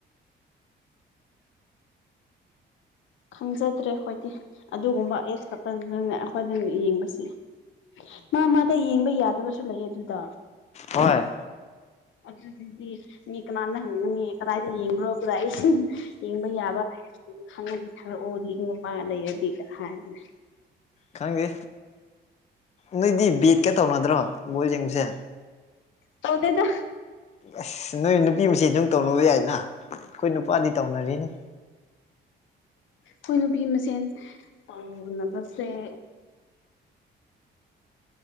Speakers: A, on the left; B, on the left.
A: ꯈꯪꯖꯗ꯭ꯔꯦ ꯑꯈꯣꯏꯗꯤ ꯑꯗꯨꯒꯨꯝꯕ ꯑꯦꯞꯁ ꯈꯛꯇꯗꯅꯦ ꯑꯩꯈꯣꯏꯅ ꯌꯦꯡꯕꯁꯤ ꯃꯥ ꯃꯥꯗ ꯌꯦꯡꯕ ꯌꯥꯗꯕꯁꯨ ꯂꯩꯌꯦ ꯑꯗꯨꯗ
B: ꯍꯣꯏ
A: ꯑꯗꯨꯗꯨꯗꯤ ꯃꯤ ꯀꯅꯥꯅ ꯍꯪꯒꯅꯤ ꯀꯗꯥꯏꯗ ꯌꯦꯡꯕ꯭ꯔꯣ ꯀꯗꯥꯏ <unintelligible> ꯌꯦꯡꯕ ꯌꯥꯕ ꯈꯪꯉꯗꯤ ꯊꯥꯔꯑꯣ ꯂꯤꯡ ꯑꯃ ꯂꯩꯔꯗꯤꯒ ꯍꯥꯏꯝꯅꯦ
B: ꯈꯪꯗꯦ ꯅꯣꯏꯗꯤ ꯕꯦꯠꯀ ꯇꯧꯅꯗ꯭ꯔꯣ ꯕꯣꯜ ꯌꯦꯡꯕꯁꯦ‍
A: ꯇꯧꯗꯦꯗ
B: ꯑꯁ ꯅꯣꯏ ꯅꯨꯄꯤ ꯃꯥꯁꯦꯟ ꯑꯗꯨꯝ ꯇꯧꯅꯕ ꯌꯥꯏꯗꯅ ꯑꯩꯈꯣꯏ ꯅꯨꯄꯥꯗꯤ ꯇꯧꯅꯔꯤꯅꯤ
A: ꯈꯣꯏ ꯅꯨꯄꯤ ꯃꯁꯦꯟ ꯇꯧꯅꯕꯁꯦ <inaudible>